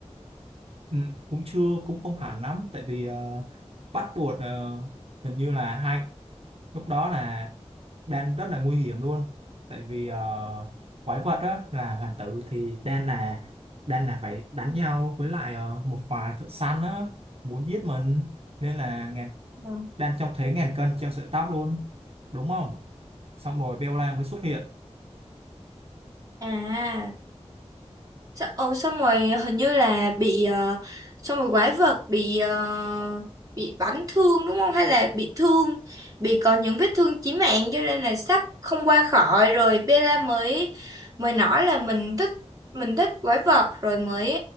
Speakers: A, on the right (about 55°); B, on the right (about 30°).
A: ừ, cũng chưa cũng không hẳn lắm tại vì ờ, bắt buộc ờ, hình như là hai lúc đó là Dan rất là nguy hiểm luôn tại vì ờ, quái vật đó là hoàng tử thì Dan là Dan là phải đánh nhau với lại ờ, một vài thợ săn đó muốn giết mình nên là ngàn,
B: Ừ.
A: Dan trông thấy ngàn cân treo sợi tóc luôn đúng không xong rồi Bella mới xuất hiện
B: À. Sa- Ồ xong rồi hình như là bị ờ, xong rồi quái vật bị ờ, bị bắn thương đúng không hay là bị thương bị có những vết thương chí mạng cho nên là sắp không qua khỏi rồi Bella mới mới nói là mình thích mình thích quái vật rồi mới